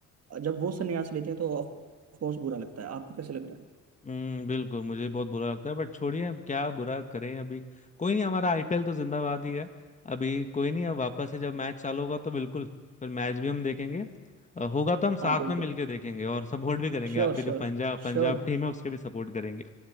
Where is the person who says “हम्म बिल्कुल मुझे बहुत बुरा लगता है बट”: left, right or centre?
Left